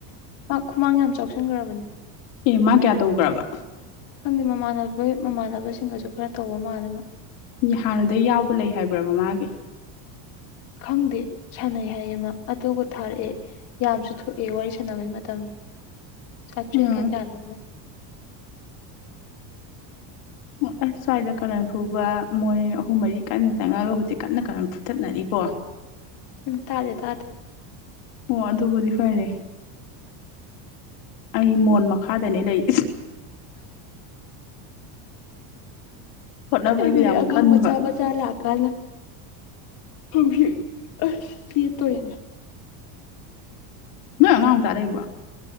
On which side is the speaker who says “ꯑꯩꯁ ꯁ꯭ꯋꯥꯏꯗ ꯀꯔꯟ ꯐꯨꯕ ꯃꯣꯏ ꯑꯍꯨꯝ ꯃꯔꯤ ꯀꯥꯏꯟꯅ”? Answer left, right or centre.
Left